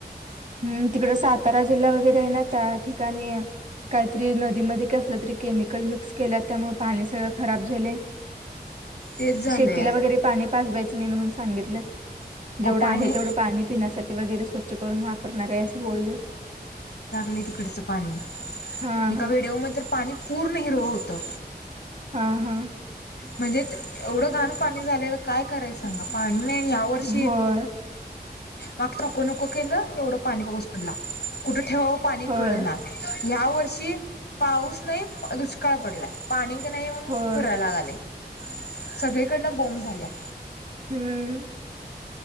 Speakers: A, on the right; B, on the left.
A: हम्म तिकडं सातारा जिल्हा वगैरे आहे ना त्या ठिकाणी काहीतरी नदीमध्ये का असलं तरी केमिकल मिक्स केल्या त्यामुळे पाणी सगळं खराब झाले
B: तेच झालंय
A: शेतीला वगैरे पाणी पाजवायचं नाही म्हणून सांगितलेत
B: अहो
A: जेवढं
B: पाणी
A: आहे तेवढं पाणी पिण्यासाठी वगैरे स्वच्छ करून वापरणार आहे असं बोललं
B: तिकडंच पाणी
A: हा
B: एका
A: हा
B: व्हिडिओमध्ये पाणी पूर्ण हिरव होतं.
A: हा हा.
B: म्हणजे एवढं घाण पाणी झालं तर काय करायचं सांगा पाणी नाही हया वर्षी
A: होय
B: मग नको नको केलं एवढं पाणी पाऊस पडला कुठे ठेवावं पाणी
A: होय
B: कळ ना ह्या वर्षी पाऊस नाही दुष्काळ पडलाय पाणी नाही ऊन
A: होय
B: फरायला गले सगळीकडन बो झाल्याय
A: हम्म.